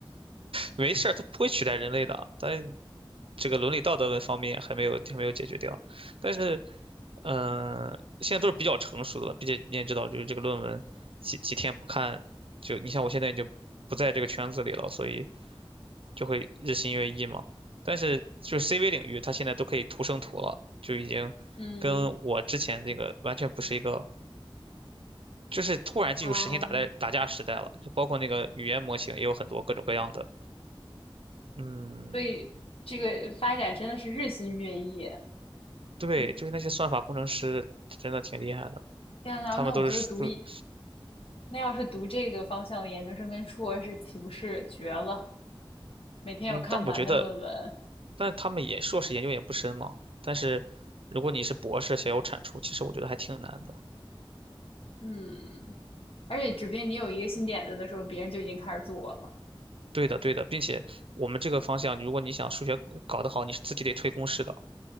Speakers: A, on the right; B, on the left.
A: 没事儿，它不会取代人类的。但这个伦理道德问方面还没有还没有解决掉，但是嗯、呃现在都是比较成熟的了，并且你也知道，就是这个论文几几天不看，就你像我现在已经不在这个圈子里了，所以就会日新月异嘛。但是就是 CV 领域，它现在都可以图生图了，就已经跟我之前那个完全不是一个，
B: 嗯
A: 就是突然进入实心打代打架时代了，
B: 嗯，
A: 就包括那个语言模型也有很多各种各样的。嗯，
B: 所以这个发展真的是日新月异。
A: 对，
B: 你
A: 就是那些算法工程师真的挺厉害的，
B: 天呐，
A: 他们都是数
B: 那我觉得读一，那要是读这个方向的研究生跟硕士，岂不是绝了？每天有看不完的论文。
A: 嗯，但我觉得但他们也硕士研究也不深嘛。但是如果你是博士想要产出，其实我觉得还挺难的。
B: 嗯，而且指不定你有一个新点子的时候，别人就已经开始做了。
A: 对的，对的，并且我们这个方向，如果你想数学搞得好，你是自己得推公式的。